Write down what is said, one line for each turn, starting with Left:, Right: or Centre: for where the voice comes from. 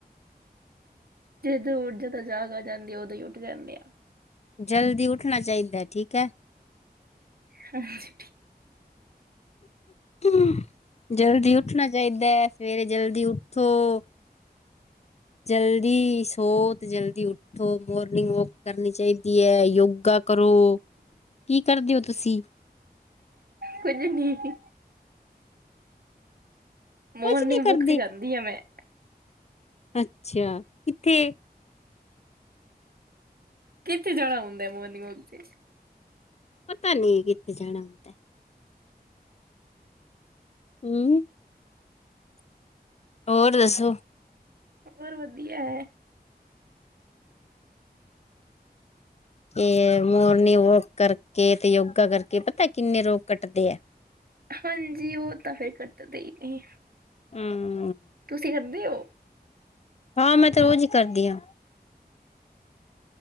Right: ਜਦੋਂ ਉਠੋ ਤਾਂ ਜਾਗ ਆ ਜਾਂਦੀ ਆ, ਉਦੋਂ ਹੀ ਉੱਠ ਜਾਂਦੇ ਆ।
Left: ਜਲਦੀ ਉੱਠਣਾ ਚਾਹੀਦਾ ਐ ਠੀਕ ਐ।
Right: <unintelligible>
Left: ਕਿਵੇਂ, ਜਲਦੀ ਉੱਠਣਾ ਚਾਹੀਦਾ ਹੈ ਸਵੇਰੇ ਜਲਦੀ ਉੱਠੋ। ਜਲਦੀ ਸੋਵੋ ਤੇ ਜਲਦੀ ਉੱਠੋ। ਉਠੋ ਮੋਰਨਿੰਗ ਵੋਕ ਕਰਨੀ ਚਾਹੀਦੀ ਹੈ ਯੋਗਾ ਕਰੋ। ਕੀ ਕਰਦੇ ਹੋ ਤੁਸੀਂ
Right: ਕੁੱਝ ਨੀ ਸੀ ਮੋਰਨਿੰਗ
Left: ਕੁਝ ਨੀ ਕਰਦੇ
Right: ਵੋਕ ਤੇ ਜਾਂਦੀ ਆਂ ਮੈਂ।
Left: ਅੱਛਾ ਕਿੱਥੇ
Right: ਕਿਥੇ ਜਾਣਾ ਹੁੰਦਾ ਮੋਰਨਿੰਗ ਵੋਕ ਤੇ।
Left: ਪਤਾ ਨੀ ਕਿੱਥੇ ਜਾਣਾ ਹੁੰਦਾ। ਹੂੰ ਹੋਰ ਦੱਸੋ।
Right: ਹੋਰ ਵਧੀਆ ਐ।
Left: ਏ, ਮੋਰਨਿੰਗ ਵੋਕ ਕਰਕੇ ਤੇ ਯੋਗਾ ਕਰਕੇ ਪਤਾ ਐ ਕਿੰਨੇ ਰੋਗ ਕੱਟਦੇ ਐ।
Right: ਹਾਂਜੀ ਉਹ ਤਾਂ ਫੇਰ ਕੱਟਦੇ ਈ ਨਈ।
Left: ਹੂ
Right: ਤੁਸੀਂ ਅੰਧੇ ਔ।
Left: ਹਾਂ ਮੈਂ ਤੇ ਰੋਜ਼ ਹੀ ਕਰਦੀ ਆ।